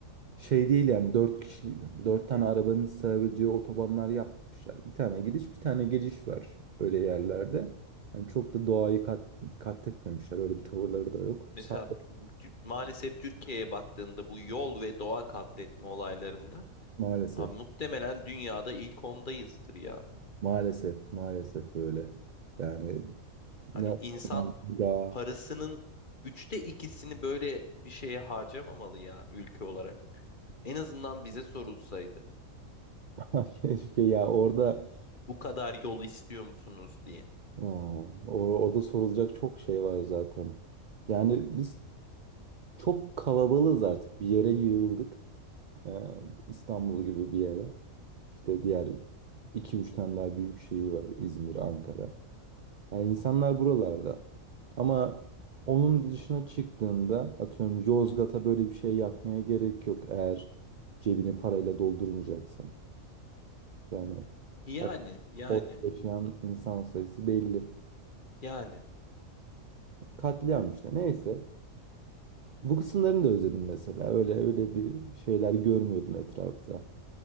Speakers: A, on the right; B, on the left.
A: şey değil yani dört kişilik dört tane arabanın sığabileceği otobanlar yapmışlar. Bir tane gidiş bir tane geliş var öyle yerlerde. Yani çok da doğayı kat, katletmemişler öyle bir tavırları da yok.
B: Mesela
A: Sağ
B: t- maalesef Türkiye'ye baktığında bu yol ve doğa katletme olaylarında
A: maalesef
B: abi muhtemelen dünyada ilk ondayızdır ya.
A: maalesef maalesef öyle. Yani
B: Hani
A: ne
B: insan
A: daha
B: parasının üçte ikisini böyle bir şeye harcamamalı ya ülke olarak. En azından bize sorulsaydı.
A: <laughs> keşke ya orada
B: Bu kadar yol istiyor musunuz diye.
A: Aa, o- orada sorulacak çok şey var zaten. Yani biz çok kalabalığız artık. Bir yere yığıldık. Ee, İstanbul gibi bir yere. İşte diğer iki 3 tane daha büyük şehir var. İzmir, Ankara. Yani insanlar buralarda. Ama onun dışına çıktığında atıyorum Yozgat'a böyle bir şey yapmaya gerek yok. Eğer cebini parayla doldurmayacaksan. Yani
B: Yani,
A: o,
B: yani,
A: orada yaşayan insan sayısı belli.
B: yani.
A: Katliam işte. Neyse. Bu kısımlarını da özledim mesela. Öyle öyle bir şeyler görmüyordum etrafta.